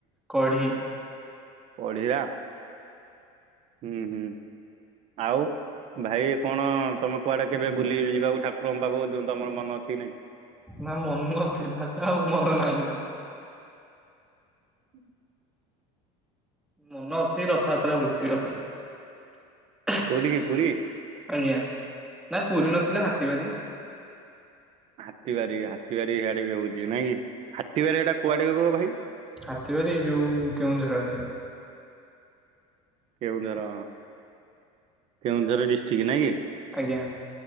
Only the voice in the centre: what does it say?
କଢ଼ି।
ନା ମନ ନଥିଲା ଯେ ଆଉ ମନ ନାହିଁ।
ମନ ଅଛି ରଥଯାତ୍ରା <unintelligible> ପାଇଁ
ଆଜ୍ଞା ନା ପୁରୀ ନଥିଲା ହାତୀ ବାରି
ହାତିବାରୀ ଯୋଉ କେଉଁଝର ଆଡେ।
ଆଜ୍ଞା।